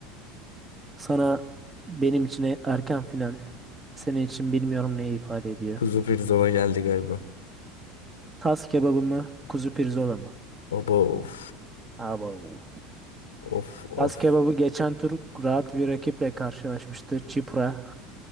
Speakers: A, on the right; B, on the left.
A: Sana benim için e- erken final. Senin için bilmiyorum neyi ifade ediyor.
B: Kuzu pirzola geldi galiba.
A: Tas kebabı mı? Kuzu pirzola mı?
B: Baba of.
A: Abo.
B: Of of.
A: Kaz kebabı geçen tur rahat bir rakiple karşılaşmıştı. Çipra.